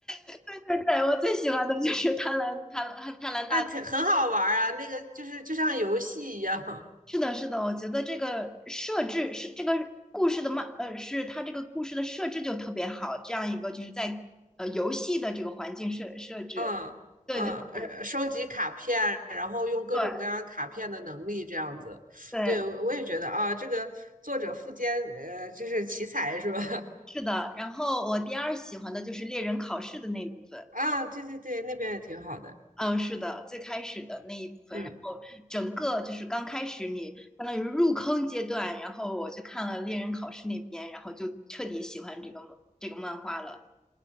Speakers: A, in the centre; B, on the right.
A: 对对对，我最喜欢的就是《贪婪贪婪贪婪大》，
B: 那挺很好玩儿啊，那个就是就像游戏一样，
A: 是的，是的，我觉得这个设置是这个故事的漫，呃，是它这个故事的设置就特别好，这样一个就是在呃游戏的这个环境设设置，
B: 嗯嗯，
A: 对对对
B: 呃收集卡片，然后用各种各样卡片的能力这样子。
A: 对对，
B: 对，我我也觉得啊，这个作者富坚，呃，就是奇才是吧？
A: 是的。然后我第二喜欢的就是猎人考试的那一部分，
B: <laughs> 啊，对对对，那边也挺好的，
A: 嗯，是的，最开始的那一部分，
B: 嗯。
A: 然后整个就是刚开始你相当于入坑阶段，然后我就看了猎人考试那边，然后就彻底喜欢这个这个漫画了。